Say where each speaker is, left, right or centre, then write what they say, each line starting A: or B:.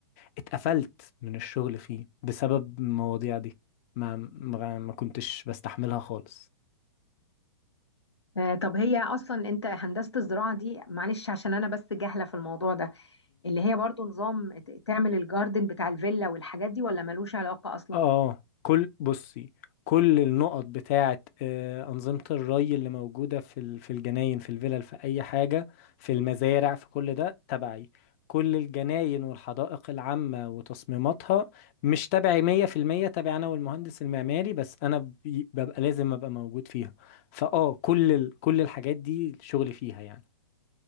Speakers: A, on the left (about 35°); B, on the left (about 90°).
A: اتقفلت من الشغل فيه بسبب المواضيع دي ما ما ما كنتش بستحملها خالص
B: آه، طب هي أصلا أنت هندسة الزراعة دي معلش عشان أنا بس جاهلة في الموضوع ده اللي هي برضو نظام ت- تعمل الجاردن بتاع الفيلا والحاجات دي ولا ملوش علاقة أصلا
A: اه كل بصي كل النقط بتاعة آه، أنظمة الري اللي موجودة في ال- في الجناين في الفلل في أي حاجة في المزارع في كل ده تبعي كل الجناين والحدائق العامة وتصميماتها مش تبعي مية في المية تبعي أنا والمهندس المعماري بس أنا بي- ببقى لازم أبقى موجود فيها فأه كل ال- كل الحاجات دي شغلي فيها يعني